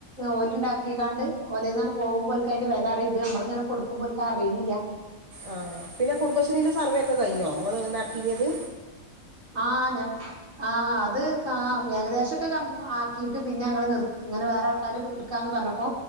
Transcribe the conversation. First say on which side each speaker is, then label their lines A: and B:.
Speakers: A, on the right; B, on the right.
A: ഓല ഉണ്ടാക്കീണ്ടാണ്ട് ഓലയിൽന്നാണ് പോകുമ്പോൾക്കെ അന്റെ വില അറിയത്തില്ല നമ്മള് ഇങ്ങനെ കൊടുക്കുമ്പോ ഓല്ക്ക് അറിയണില്ല
B: ആഹ് പിന്നെ കുടുംബശ്രീന്റെ സർവ്വെ ഒക്കെ കഴിഞ്ഞോ നിങ്ങള് നടത്തിരത്
A: ആഹ് ഞ ആഹ് അത് ഏകദേശംമൊക്കെ കറക്റ്റ് ആക്കിയിട്ട് പിന്നെ ഞങ്ങൾ നിർത്തി ഇങ്ങനെ വേറെ ആൾക്കാര് നിക്കാന്ന് പറഞ്ഞപ്പോ